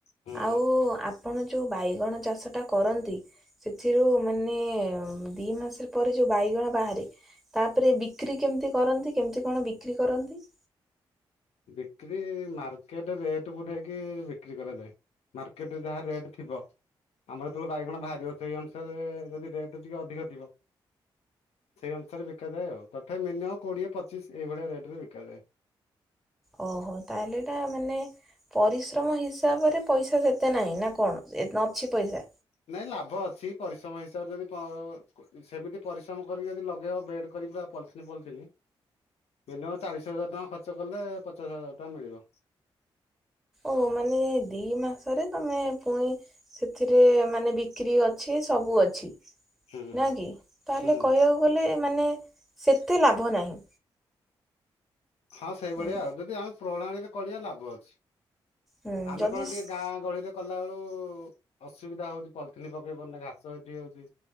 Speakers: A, on the left; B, in the centre.
A: ହୁଁ।
B: ଆଉ ଆ ଆପଣ ଯୋଉ ବାଇଗଣ ଚାଷଟା କରନ୍ତି। ସେଥିରୁ ମାନେ ଦି ମାସ ପରେ ଯୋଉ ବାଇଗଣ ବାହାରେ। ତାପରେ ବିକ୍ରି କେମିତି କରନ୍ତି କେମିତି କଣ ବିକ୍ରି କରନ୍ତି?
A: ବିକ୍ରି ମାର୍କେଟ ରେଟ୍ କୁ ନେଇକି ବିକ୍ରି କରାଯାଏ। ମାର୍କେଟରେ ଯାହା ରେଟ୍ ଥିବ। ଆମର ଯେତେବେଳେ ବାଇଗଣ ବାହାରିବ ସେଇ ଅନୁସାରେ ଯଦି ରେଟ୍ ଟିକେ ଅଧିକ ଥିବ। ସେହି ଅନୁସାରେ ବିକାଯାଏ ଆଉ ତଥାପି ମିନିମମ୍ କୋଡ଼ିଏ ପଚିଶ ଏଭଳିଆ ରେଟରେ ବିକାଯାଏ।
B: ଓହୋ ତାହେଲେ ଏଟା ମାନେ ପରିଶ୍ରମ ହିସାବରେ ପଇସା ସେତେ ନାହିଁ ନା କଣ? ଏ ଅଛି ପଇସା?
A: ନାଇଁ ଲାଭ ଅଛି ପରିଶ୍ରମ ହିସାବରେ ଯଦି ପ ସେମିତି ପରିଶ୍ରମ କରିକି ଯଦି ଲଗେଇବ ବେଡ଼୍ କରି ପୁରା ପଲିଥିନି ପଲିଥିନି। ମିନିମମ୍ ଚାଳିଶ ହଜାର ଟଙ୍କା ଖର୍ଚ୍ଚ କଲେ ପଚାଶ ହଜାର ଟଙ୍କା ମିଳିବ।
B: ଓହୋ ମାନେ ଦି ମାସରେ ତମେ ପୁଣି। ସେଥିରେ ମାନେ ବିକ୍ରି ଅଛି ସବୁ ଅଛି।
A: ହୁଁ
B: ନା
A: ହୁଁ
B: କି ତାହେଲେ
A: ହୁଁ
B: କହିବାକୁ ଗଲେ ମାନେ ସେତେ ଲାଭ ନାହିଁ।
A: ହଁ ସେଇଭଳିଆ
B: ହୁଁ।
A: ଆଉ ଯଦି ଆମେ ପ୍ରଣାଳୀରେ କରିବା ଲାଭ ଅଛି।
B: ହୁଁ
A: ଆମେ
B: ଯଦି
A: କଣ
B: ସ୍
A: ଟିକେ ଗାଁ ଗହଳିରେ। କଲାବଳୁ ଅସୁବିଧା ହଉଛି ପଲିଥିନ ପକେଇ ପାରୁନି ଘାସ ଏଠି ହଉଛି।